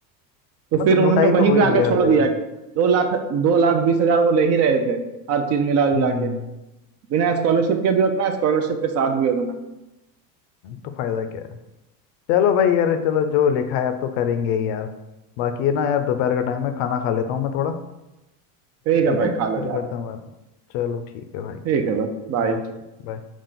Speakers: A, on the right; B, on the left.
A: तो
B: मतलब
A: फिर उन्होंने
B: लुटाई
A: वहीं
B: तो हो
A: पे
B: ही
A: आके
B: रही है
A: छोड़
B: हर जगह
A: दिया दो लाख दो लाख बीस हजार वो ले ही रहे थे हर चीज मिला जुला
B: हम्म
A: के बिना स्कॉलरशिप के भी उतना स्कॉलरशिप के साथ भी उतना
B: तो फायदा क्या है चलो भाई यार चलो जो लिखा है अब तो करेंगे ही यार बाकी ये ना यार दोपहर का टाइम है खाना खा लेता हूँ मैं थोड़ा
A: ठीक
B: ठीक
A: है भाई
B: है
A: खा लो
B: फिर
A: यार
B: करता हूँ बात चलो ठीक है भाई
A: ठीक है भाई बाय
B: बाय बाय